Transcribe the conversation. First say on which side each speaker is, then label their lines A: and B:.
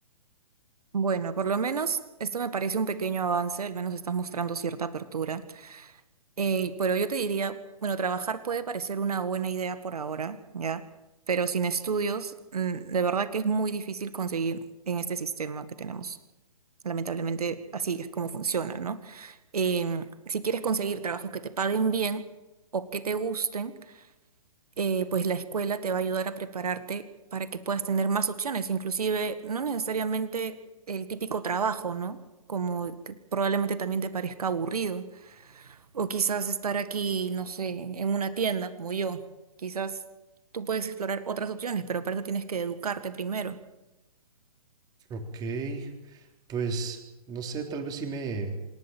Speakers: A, on the right; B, on the right.
A: Bueno, por lo menos esto me parece un pequeño avance, al menos estás mostrando cierta apertura. Eh, pero yo te diría, bueno, trabajar puede parecer una buena idea por ahora, ¿ya? Pero sin estudios, mm, de verdad que es muy difícil conseguir en este sistema que tenemos. Lamentablemente, así es como funciona, ¿no? Em, si quieres conseguir trabajos que te paguen bien o que te gusten, eh, pues la escuela te va a ayudar a prepararte para que puedas tener más opciones, inclusive no necesariamente el típico trabajo, ¿no? Como que probablemente también te parezca aburrido. O quizás estar aquí, no sé, en una tienda como yo. Quizás tú puedes explorar otras opciones, pero para eso tienes que educarte primero.
B: Ok, pues no sé, tal vez sí me,